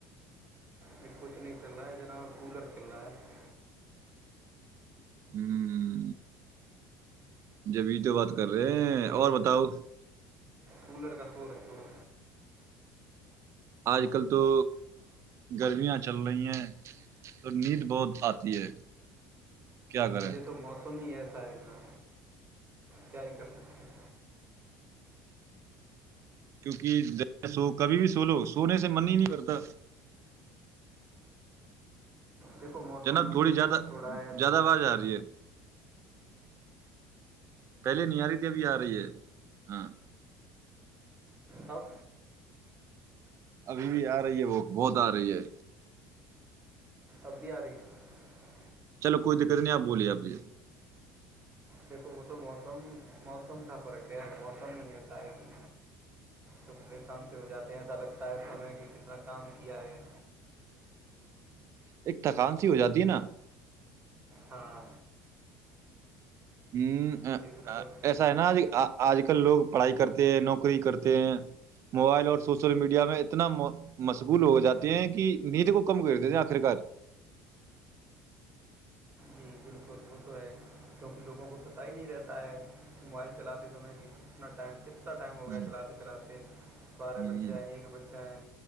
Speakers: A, on the right (about 25°); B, on the right (about 50°).
A: نہیں کچھ نہیں چل رہا ہے جناب کولر چل رہا ہے
B: ہوں ج بی تو بعد کر رہے
A: تو
B: اور بتاؤ
A: کولر کا سور ہے تھوڑا
B: آج کل تو گرمیاں چل رہی ہیں اور نیند بہت آتی ہے کیا کریں
A: یہ تو موسم ہی ہے جنا کیا یہ کر سکتے ہیں
B: کیونکہ سو کبھی بھی سو لو سونے سے من ہی نہیں کرتا
A: دیکھو موسم
B: جناب تھوڑی زیادہ
A: تھوڑا ہے ایسا
B: زیادہ آواز آ رہی ہے پہلے نہیاری ت ابھی آ رہی ہے ہاں
A: ہؤ
B: ابھی بھی آ رہی ہے وہ بہت آ رہی ہے
A: ابھی آ رہی ہے
B: چلو کوئی دقت نہیں آپ بولیے ابھی
A: دیکھو وہ تو موسم موسم کا فرق ہے خ موسم ہی ایسا ہے کہ تو پریشان سے ہو جاتے ہیں ایسا لگتا ہے سے کہ کتنا کام کیا ہے
B: ایک تھکان سی ہو جاتی ہے نا
A: ہاں
B: ہ
A: جی بالکل
B: ایسا ہے نا جی آ آج کل لوگ پڑھائی کرتے ہیں نوکری کرتے ہیں موبائل اور سوشل میڈیا میں اتنا مشغول ہو جاتے ہیں کہ نیند کو کم کر دیتے آخر کار
A: جی بالکل وہ تو ہے کیونکہ لوگوں کو پتہ ہی نہیں رہتا ہے موبائل چلاتے سمے کی کتنا ٹائم کتنا اا ٹائم
B: ہوں،
A: ہو گیا ہے چلاتے چلاتے بارہ
B: ہوں۔
A: بچے ہیں ایک بچہ ہے